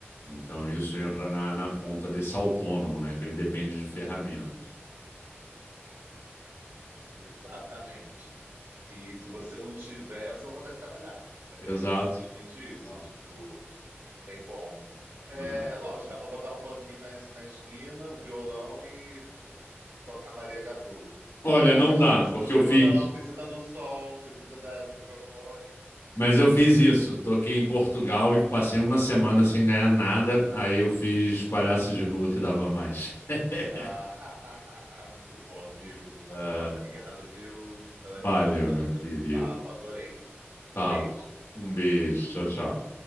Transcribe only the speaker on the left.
Então isso entra na, na conta desse autônomo, né? Que ele depende de ferramentas.
Exato.
Ah,
é.
Olha,
não dá,
porque
eu fiz.
Mas eu fiz isso. Toquei em Portugal e passei uma semana sem ganhar nada. Aí eu fiz palhaço de rua que dava mais. <laughs>
Ah,
valeu,
meu
querido.
Tá.
bom. Um beijo. Tchau, tchau.